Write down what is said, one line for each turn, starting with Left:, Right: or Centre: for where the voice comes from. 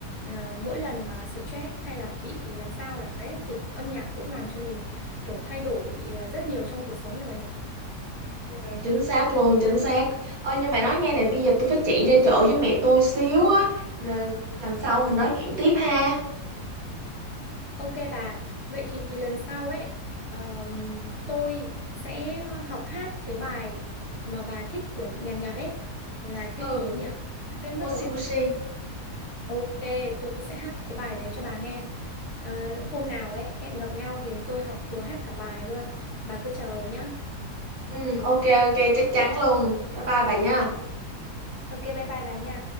Left: ờ, mỗi lần mà stress hay là bị làm sao đấy thì âm nhạc cũng làm cho mình kiểu thay đổi ờ, rất nhiều trong cuộc sống như bà nhỉ.
Right: ừ, chính xác luôn chính xác ơi nhưng mà nói nghe này bây giờ tôi phải chạy ra chợ với mẹ tôi xíu á Ờ, lần sau mình nói chuyện tiếp ha
Left: Ok bà, vậy thì lần sau ấy ờm, tôi sẽ học hát cái bài mà bà thích của nhạc Nhật ấy là cái gì
Right: ừ
Left: nhỉ? Quên mất
Right: moshi
Left: rồi.
Right: moshi
Left: Ok, tôi sẽ hát cái bài đấy cho bà nghe. Ờ, hôm nào ấy hẹn gặp nhau thì tôi học thuộc hát cả bài luôn. Bà cứ chờ nhá.
Right: ừ ok ok chắc chắn luôn bye bye bà nha
Left: Ok, bye bye bà nha.